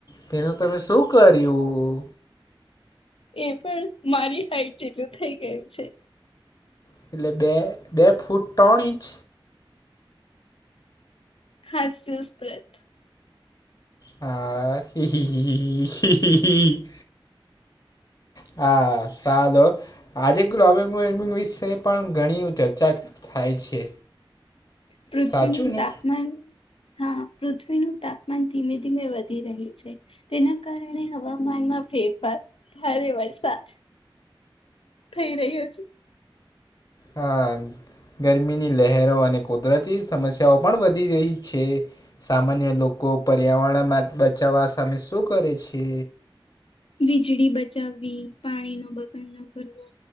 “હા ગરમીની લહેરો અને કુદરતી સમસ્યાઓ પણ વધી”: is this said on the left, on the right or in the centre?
Left